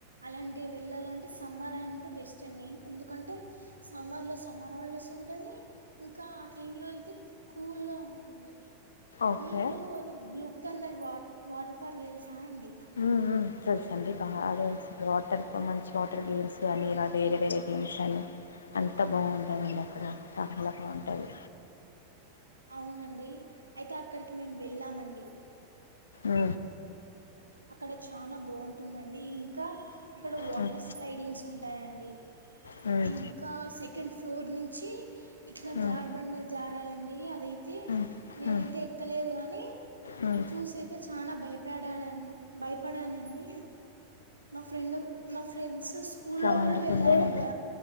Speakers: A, on the right (about 80°); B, on the left (about 70°).
A: అలాంటివి వెళ్ళాలంటే సమ్మర్ అంటే బెస్ట్ అండి ఎందుకంటే సమ్మర్లో సమ్మర్ హాలిడేస్ ఉంటది ఇంకా ఆ టైంలో వెళ్తే కూల్గా ఉంటుంది
B: ఓకే
A: మీకు అది బ్లూక్థండర్ వాట్ వాటర్ పార్క్ తెలుసా అండి
B: హ్మ్. హ్మ్. తెలుసండి బాగా తెలుసు వాటర్ మంచి వాటర్ గేమ్స్ కానీ ఇలా వేరే వేరే గేమ్స్ అని అంత బాగుంటాయండి అక్కడ చాలా బాగుంటాయి
A: అవునండి అయితే అక్కడికి మేము వెళ్ళామండి
B: అ
A: అక్కడ చాలా బాగుంటుందండి ఇంకా అక్కడ వాటర్
B: హ్మ్.
A: స్లైడింగ్స్ ఉంటాయండి
B: హ్మ్.
A: ఇంకా సెకండ్ ఫ్లోర్ నుంచి ఇట్లా
B: హ్మ్.
A: జార్బండ జారాలండి అదైతే అ
B: హ్మ్.
A: నేనైతే
B: హ్మ్.
A: ఎక్కలేదు కానీ
B: హ్మ్.
A: చూసి అయితే చానా భయపడానండి పడాడ భయపడానండి మా ఫ్రెండ్ మా ఫ్రెండ్స్ స్కూల్లో
B: ఇట్లా వండుకునేది.
A: కూడా వెళ్ళారంట